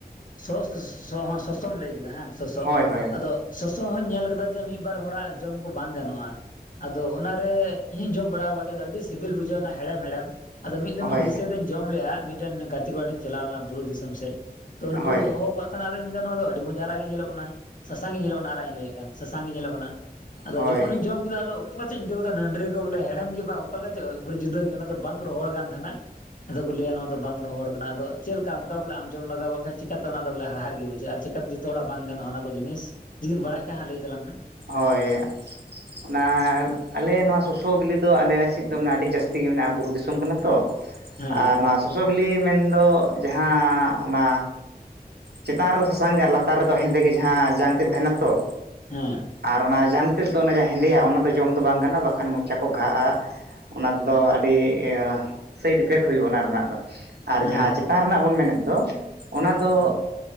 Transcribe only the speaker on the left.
ᱥᱚᱥ ᱥᱮ ᱥᱚ ᱦᱚᱸ ᱥᱚᱥᱚᱢ ᱞᱟᱹᱭ ᱠᱮᱫᱟ ᱦᱟᱝ ᱥᱚᱥᱚ
ᱟᱫᱚᱼᱼ ᱥᱚᱥᱚ ᱦᱚᱧ ᱧᱮᱞ ᱠᱟᱫᱟ ᱡᱮ ᱢᱤᱫ ᱵᱟᱨ ᱦᱚᱲᱟᱜ ᱡᱚᱢ ᱠᱚ ᱵᱟᱝ ᱜᱟᱱᱚᱜᱼᱟ ᱾ ᱟᱫᱚ ᱚᱱᱟᱨᱮ ᱤᱧᱦᱚᱧ ᱡᱚᱢ ᱵᱟᱲᱟ ᱟᱠᱟᱫ ᱜᱮᱭᱟ ᱟᱫᱚ ᱟᱹᱰᱤ ᱥᱤᱵᱤᱞ ᱵᱩᱡᱷᱟᱹᱜ ᱚᱱᱟ ᱦᱮᱲᱮᱢ ᱦᱮᱲᱮᱢ ᱾ ᱟᱫᱚ ᱢᱤᱫ ᱫᱚᱢᱤᱧ
ᱫᱤᱥᱟᱹᱭ ᱫᱟᱹᱧ ᱡᱚᱢ ᱞᱮᱜᱼᱟ ᱢᱤᱫᱴᱮᱱ ᱜᱟᱛᱮ ᱠᱚᱲᱟ ᱴᱷᱮᱧ ᱪᱟᱞᱟᱣ ᱞᱮᱱᱟ ᱵᱩᱨᱩ ᱫᱤᱥᱚᱢ ᱥᱮᱡᱼᱼ ᱛᱚ ᱱᱩᱠᱩ
ᱠᱚ ᱫᱚᱦᱚ ᱠᱟᱜ ᱛᱟᱦᱮᱱᱟ ᱟᱫᱚᱧ ᱢᱮᱱᱫᱟ ᱱᱚᱣᱟ ᱫᱚ ᱟᱹᱰᱤ ᱢᱚᱡᱽ ᱟᱨᱟᱜ ᱜᱮ ᱧᱮᱞᱚᱜ ᱠᱟᱱᱟ ᱥᱟᱥᱟᱝ ᱜᱮ ᱧᱮᱞᱚᱜ ᱠᱟᱱᱟ ᱟᱨᱟᱜ ᱜᱮᱧ ᱞᱟᱹᱭᱮᱫ ᱠᱟᱱᱼᱼ ᱥᱟᱥᱟᱝ ᱜᱮ ᱧᱮᱞᱚᱜ ᱠᱟᱱᱟ ᱟᱫᱚ
ᱡᱚᱠᱷᱚᱱᱤᱧ ᱡᱚᱢ ᱠᱮᱫᱟ ᱟᱫᱚᱼᱼ ᱚᱠᱟ ᱞᱮᱠᱟ ᱪᱚᱧ ᱤᱠᱟᱹᱣ ᱠᱮᱫᱟ ᱱᱟᱺᱰᱨᱤ ᱠᱚ ᱵᱚᱞᱮ ᱦᱮᱲᱮᱢ ᱜᱮ ᱵᱟᱝ ᱚᱠᱟ ᱞᱮᱠᱟ ᱪᱚ ᱵᱚᱞᱮ ᱡᱩᱫᱟᱹ ᱜᱮ ᱚᱱᱟ ᱫᱚ ᱵᱟᱝ ᱨᱚᱦᱚᱲ ᱟᱠᱟᱱ ᱛᱟᱦᱮᱱᱟ ᱾ ᱟᱫᱚ ᱠᱚ ᱞᱟᱹᱭᱟ ᱱᱚᱣᱟ ᱫᱚ ᱵᱟᱝ ᱨᱚᱦᱚᱲ ᱠᱟᱱᱟ, ᱟᱫᱚ ᱪᱮᱫ ᱞᱮᱠᱟ ᱚᱝᱠᱟ ᱵᱚᱞᱮ ᱡᱚᱢ ᱞᱟᱜᱟᱣᱚᱜ ᱠᱷᱟᱡ ᱪᱤᱠᱟᱛᱚ ᱚᱱᱟ ᱵᱚᱞᱮ ᱦᱟᱲᱦᱟᱫ ᱜᱮ, ᱵᱩᱡᱷᱟᱹᱜᱼᱟ ᱟᱨᱪᱮᱫ᱾ ᱡᱚᱛᱚ ᱦᱚᱲᱟᱜ ᱵᱟᱝ ᱜᱟᱱᱚᱜᱼᱟ ᱚᱱᱟ ᱠᱚ ᱡᱤᱱᱤᱥ ᱡᱩᱫᱤᱢ ᱵᱟᱰᱟᱭ ᱠᱷᱟᱡ ᱦᱟᱸᱜ ᱞᱟᱹᱭ ᱛᱟᱞᱟᱝ ᱢᱮ᱾
ᱦᱮᱸ
ᱦᱮᱸ
ᱦᱮᱸ
ᱦᱮᱸ ᱦᱮᱸ